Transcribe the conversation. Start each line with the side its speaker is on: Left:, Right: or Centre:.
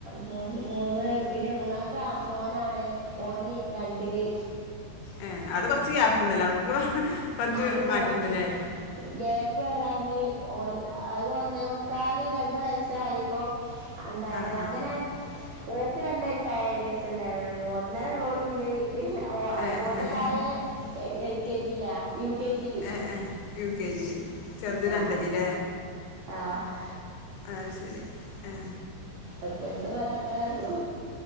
Right: മൂന്ന് മൂന്ന് പിന്നെ മൂന്നാമത്തെ മോനാണ് ഓന് രണ്ടില്
Left: ഏ അവിടെ കൊറച്ച് ഗ്യാപ്പ് ഉണ്ടല്ലോ അടുക്ക് കൊറച്ച്
Right: ആയി
Left: മാറ്റണ്ട്ല്ലേ
Right: ഓ- ഗ്യാപ്പ് പറയാന് ഒ അത് ഒന്നേ മുക്കാല് രണ്ട് വയസായിപ്പോ ഉണ്ടായതാണ്
Left: ആ ആ
Right: അങ്ങനെ ഓൾക്ക് രണ്ട് വയസായ അതിന്റെ ശേഷ ഉണ്ടായതാണ് ഒന്നര ഉള്ളോലുണ്ട് ഓ
Left: ഏ
Right: ഓന്റെതായെ
Left: ഏ
Right: എൽ കെ ജിയിലാ യു കെ ജിയില്
Left: ഏ ഏ യു കെ ജി ചെറുത്
Right: ആ
Left: രണ്ടരിലേ.
Right: ആ ഹ്
Left: ആ ഹ് ശെരി ആഹ
Right: വ്യത്യാസം വരാഅത്രാഒള്ളൂ.